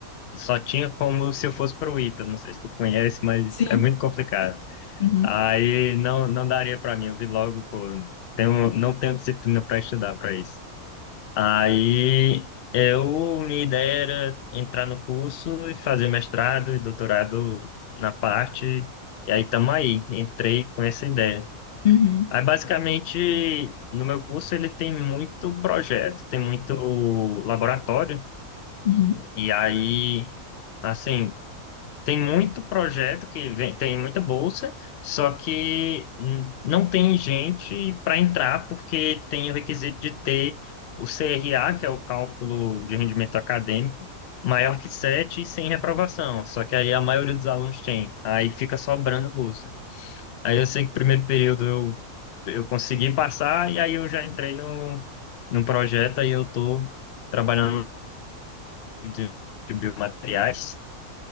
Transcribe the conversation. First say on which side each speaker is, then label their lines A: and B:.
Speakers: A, on the left; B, on the left.
A: Só tinha como se eu fosse pro Ita, não sei se tu conhece, mas
B: Sim.
A: é muito complicado.
B: Uhum,
A: Aí não, não daria para mim, eu vi logo, pô, tenho, não tenho disciplina para estudar para isso. Aí eu, minha ideia era entrar no curso e fazer mestrado e doutorado na parte, e aí tamo aí, entrei com essa ideia.
B: uhum,
A: Aí basicamente, no meu curso ele tem muito projeto, tem muito laboratório,
B: uhum.
A: e aí... Assim, tem muito projeto que vem, tem muita bolsa, só que hum, não tem gente para entrar porque tem o requisito de ter o CRA, que é o cálculo de rendimento acadêmico, maior que 7 e sem reprovação. Só que aí a maioria dos alunos tem, aí fica sobrando bolsa. Aí eu sei que primeiro período eu, eu consegui passar e aí eu já entrei no, no projeto, aí eu estou trabalhando de de biomateriais.